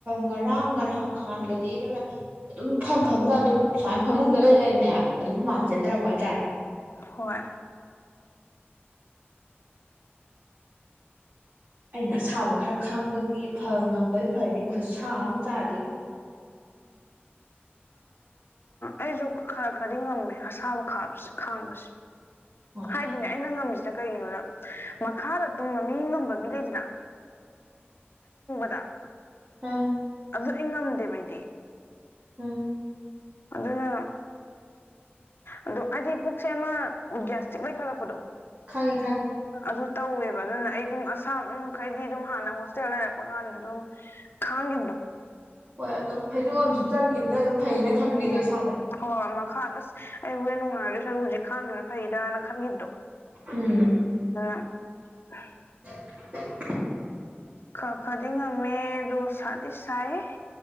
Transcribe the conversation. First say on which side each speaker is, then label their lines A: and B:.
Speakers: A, on the right; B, on the left.
A: ꯉꯔꯥꯡ ꯉꯔꯍꯥꯡ ꯉꯍꯥꯟꯒꯗꯤ ꯑꯗꯨꯝ ꯐꯝ ꯐꯝꯅ ꯑꯗꯨꯝ ꯁꯨꯃꯥꯏꯅ ꯐꯃꯨꯡꯗ ꯂꯩ ꯂꯩꯔꯤꯅꯦ ꯑꯗꯨꯝ ꯍꯨꯃꯥꯡ ꯆꯦꯟꯊꯔꯛꯄ ꯍꯥꯏꯇꯥꯔꯦ
B: ꯍꯣꯏ
A: ꯑꯩꯅ ꯑꯁꯥꯕꯨ ꯈꯔ ꯈꯥꯡꯕꯒꯤ ꯐ ꯉꯝꯕꯩ ꯐꯔꯅꯤ ꯈꯨꯠꯁꯥ ꯑꯃ ꯆꯥꯗꯦꯕꯨ
B: ꯑꯩꯁꯨ ꯈꯔ ꯈꯔꯗꯤ ꯉꯝꯃꯦ ꯑꯁꯥꯕ ꯈꯥꯕꯁꯦ ꯈꯥꯡꯕꯁꯦ
A: ꯍꯣꯏ
B: ꯍꯥꯏꯗꯤꯅꯦ ꯑꯩꯅ ꯉꯝꯃꯤꯁꯤꯗ ꯀꯩꯒꯤꯅꯣꯗ ꯃꯈꯥꯗ ꯇꯨꯝꯕ ꯃꯤ ꯉꯝꯕ ꯃꯤ ꯂꯩꯁꯤꯅ <unintelligible>
A: ꯑꯥ
B: ꯑꯗꯨ ꯑꯩ ꯉꯝꯗꯦꯕ ꯑꯩꯗꯤ
A: ꯎꯝ
B: ꯑꯗꯨꯅ ꯑꯗꯨ ꯍꯥꯏꯗꯤ ꯄꯨꯛꯁꯦ ꯑꯃ ꯒ꯭ꯌꯥꯁꯇ꯭ꯤꯛ ꯂꯩꯈꯠꯂꯛꯄꯗꯣ
A: ꯈꯪꯉꯦ ꯈꯪꯉꯦ
B: ꯑꯗꯨ ꯇꯧꯋꯦꯕ ꯑꯗꯨꯅ ꯑꯩ ꯑꯗꯨꯝ ꯑꯁꯥꯕ ꯑꯗꯨꯝ ꯃꯈꯩꯗꯤ ꯑꯗꯨꯝ ꯍꯥꯟꯅ ꯍꯣꯁꯇꯦꯜ ꯂꯩꯔꯛꯄ ꯀꯥꯟꯗ ꯑꯗꯨꯝ ꯈꯥꯡꯈꯤꯕꯗꯣ
A: ꯍꯣꯏ ꯑꯗꯨꯝ ꯐꯩꯖꯣ ꯑꯝꯨ ꯆꯟꯈꯤꯕꯅ ꯑꯗꯨꯝ ꯐꯩꯅ ꯈꯟꯕꯤꯗꯣ
B: ꯎꯝ ꯎꯝ
A: ꯏꯁꯥꯗ
B: ꯍꯣꯏ ꯃꯈꯥ ꯑꯁ ꯑꯩ ꯍꯣꯔꯦꯟ ꯅꯨꯡꯉꯥꯏꯔꯗꯣꯏ ꯁꯔ ꯍꯧꯖꯤꯛ ꯈꯥꯡꯗꯦꯅ ꯐꯩꯗꯅ ꯈꯪꯈꯤꯕꯕꯗꯣ
A: ꯎꯝ
B: <unintelligible> <unintelligible>
A: <unintelligible>
B: ꯈꯗꯤꯉꯃꯦ ꯗꯣ ꯁꯥꯗꯤꯥꯏ